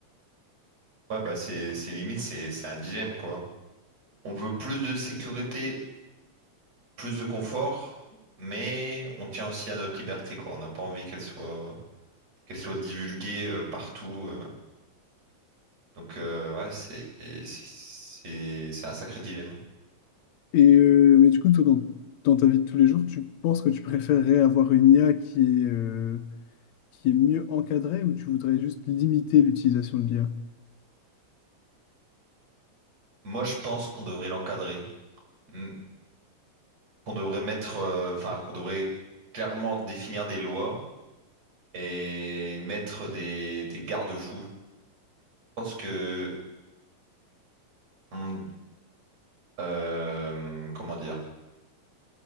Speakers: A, on the right; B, on the left.
A: Ouais, bah, c'est c'est limite, c'est c'est un dilemme, quoi. On veut plus de sécurité, plus de confort, mais on tient aussi à notre liberté, quoi. On n'a pas envie qu'elle soit, qu'elle soit divulguée euh, partout. euh. Donc, euh, ouais, c'est, c'est, c'est un sacré dilemme.
B: Et euh, mais du coup, toi, dans, dans ta vie de tous les jours, tu penses que tu préférerais avoir une IA qui est, euh, qui est mieux encadrée ou tu voudrais juste limiter l'utilisation de l'IA?
A: Moi, je pense qu'on devrait l'encadrer, Mm. qu'on devrait mettre, euh, enfin, qu'on devrait clairement définir des lois et mettre des, des garde-fous. Je pense que, on- euh, comment dire?